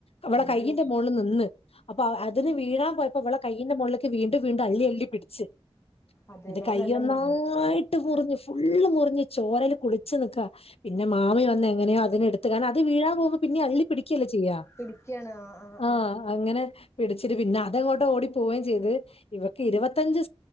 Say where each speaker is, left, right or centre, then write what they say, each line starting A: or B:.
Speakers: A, on the left; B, on the left.
A: അവളെ
B: അയ്യോ
A: കയ്യയിൻന്റെ മോളിൽ നിന്ന് അപ്പൊ അതിന് വീഴാൻ പോയപ്പോ അവളെ കയ്യന്റെ മുകളി വീണ്ടും വീണ്ടും അള്ളി അള്ളി പിടിച്ച്
B: അതെല്ലേ
A: എന്നിട്ട്
B: അത്
A: കൈഒന്നായി
B: നല്ല മുറിഞ്ഞു
A: ട്ട് മുറിഞ്ഞു ഫുള്ള് മുറിഞ്ഞ് ചോരെൽ കുളിച്ച് നിക്കാ പിന്നെ മാമി വന്ന എങ്ങനെയോ അതിനെ എടുത്ത് അത് വീഴാൻ പോകുമ്പോ പിന്നെ അള്ളി പിടിക്കല്ലേ ചെയ്യാ
B: പിടിക്കാണ് ആ ആ
A: ആഹ്
B: ആ
A: അങ്ങനെ പിടിച്ചിട്ട് പിന്നെ അതങ്ങോട്ടോ ഓടി പോവുകയും ചെയ്ത് ഇവക്ക് ഇരുപത്തി ഇരുപത് ത്തഞ്ച്